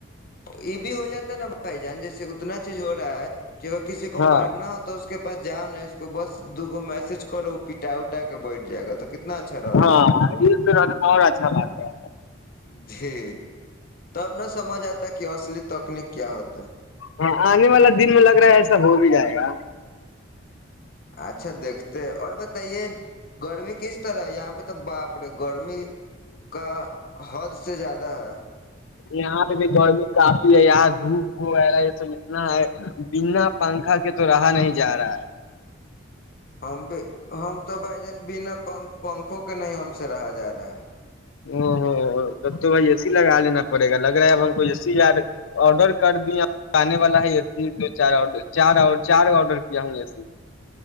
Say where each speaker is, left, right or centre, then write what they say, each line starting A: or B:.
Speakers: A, on the left; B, on the left.
A: یہ بھی ہو جاتا نا بھائی جان جیسے اتنا چیز ہو رہا ہے کہ اگر کسی کو
B: ہاں
A: مارنا ہو تو اس کے پاس جاؤ نہیں اس کو بس دوگ میسج کرو پٹا اٹا کے بیٹھ جائے گا تو کتنا اچھا رہتا
B: ہاں یہ تو بہت اچھا بات ہے
A: جی تب نہ سمجھ آتا کی اصلی تکنیک کیا ہوتا ہے
B: ہاں آنے والا دن میں لگ رہا ہے ایسا ہو بھی جائے گا
A: اچھا دیکھتے اور بتائیے گرمی کس طرح ہے یہاں پہ تو باپرے گرمی کا حد سے زیادہ ہے
B: یہاں پہ بھی گرمی کافی ہے یار دھوپ وغیرہ یہ تو اتنا ہے بنا پنکھا کے تو رہا نہیں جا رہا ہے
A: ہم بھی ہم تو بھائی جان بنا پنکھ پنکھوں کے نہیں ہم سے رہا جا رہا ہے
B: او ہو تب تو بھائی اے سی لگا لینا پڑے گا لگ رہا ہے اب ہم کو اے سی یار آڈر کر دیا آنے والا ہے اے سی دو چار چار چار آڈر کیا ہ اے سی